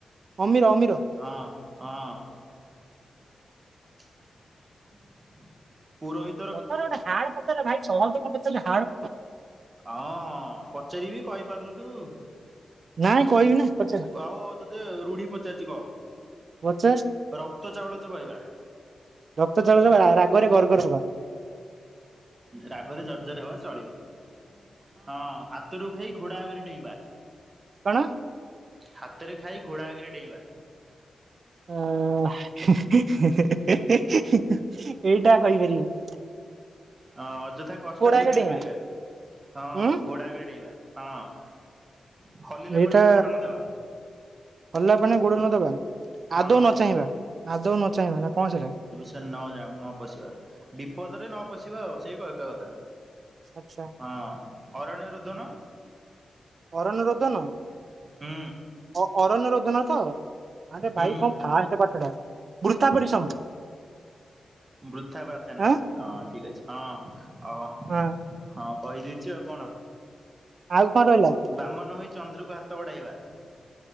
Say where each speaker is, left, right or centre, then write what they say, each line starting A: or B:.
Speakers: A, on the right; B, on the right.
A: ଅମିର ଅମିର।
B: ହଁ ହଁ। ପୁରୋହି
A: ପଚାର ଗୋଟେ ହାଡ ପଚାରରେ ଭାଇ ସହଜ କଣ ପଚାରୁଚଚୁ ହାଡ୍
B: ହଁ ହଁ ପଚାରିବି କହିପାରୁନଥିବୁ
A: ନାଇଁ କହିବି ନା ପଚାର
B: କଉ ମୁଁ ତତେ ରୁଢି ପଚାରୁଚି କହ
A: ପଚାର
B: ରକ୍ତ ଚାଉଳ ଚୋବାଇବା।
A: ରକ୍ତ ଚାଉଳ ଚୋବେଇବା ରାଗରେ ଗର୍ଗର ହବା।
B: ରାଗରେ ଜର୍ଜର ହବା ଚଳିବ। ହଁ ହାତରୁ ଖାଇ ଘୋଡ଼ା ଆଗରେ ଡେଇଁବା।
A: କଣ
B: ହାତରେ ଖାଇ ଘୋଡା ଆଗରେ ଡେଇଁବା।
A: ଅଁ ଏଇଟା କହିପାରିବିନି।
B: ହଁ ଅଯଥା କଷ୍ଟ ସ୍ଵୀକାର
A: ଆଗେ ଡେଇଁବା
B: କରିବା ହଁ
A: ଉଁ
B: ଘୋଡା ଆଗରେ ଡେଇଁବା। ହଁ। ହଲିଲା
A: ଏଇଟା
B: ପାଣିରେ ଗୋଡ ନ ଦେବା
A: ହଲା ପାଣି ରେ ଗୋଡ ନ ଦବା।
B: ହଁ
A: ଆଦୌ ନ ଚାହିଁବା ଆଦୌ ନ ଚାହିଁବା ନା କଣ ସେଟା?
B: ସେ ନ ଯା ନ ପଶିବା ବିପଦରେ ନ ପଶିବା ଆଉ ସେଇ କ ଏକ କଥା।
A: ଆଚ୍ଛା
B: ହଁ ଅରଣ୍ୟ ରୁଧନ।
A: ଅରଣ୍ୟ ରୋଦନ?
B: ହୁଁ।
A: ଅ ଅରଣ୍ୟ ରୋଦନ ତ? ଆରେ ଭାଇ
B: ହୁଁ
A: କଣ ଫାଷ୍ଟ ପାଠ ଟା ବୃଥା ପରିଶ୍ରମ।
B: ବୃଥା ପ୍ରାର୍ଥନା
A: ଆଁ
B: ହଁ ଠିକ୍ ଅଛି ହଁ ଅ
A: ହଁ।
B: ହଁ କହିଦେଇଚି ଆଉ କଣ,
A: ଆଉ କଣ ରହିଲା
B: ବାମନ ହୋଇ ଚନ୍ଦ୍ରକୁ ହାତ ବଢାଇବା।